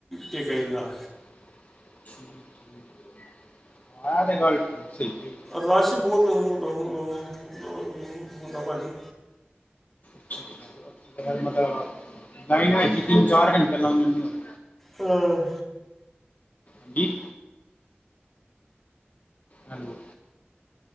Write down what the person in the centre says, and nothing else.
ਟੇਕਿਆ ਜਾਂਦਾ।
ਰਸ਼ ਬਹੁਤ ਹੁੰਦਾ -ਹੁੰਦਾ-ਹੁੰਦਾ। ਭਾਅ ਜੀ
ਅਹ